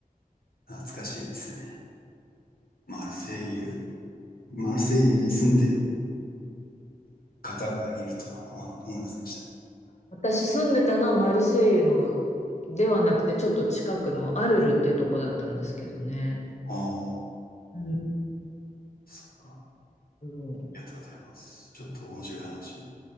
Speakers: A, on the left; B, on the left.
A: 懐かしいですね。マルセイユ、マルセイユに住んでる方がいるとは思わ思いませんでした。
B: 私住んでたのはマルセイユのではなくて、ちょっと近くのアルルっていうとこだったんですけどね。
A: ああ、
B: うん
A: そっか。あ
B: うん
A: りがとうございます。ちょっと面白い話。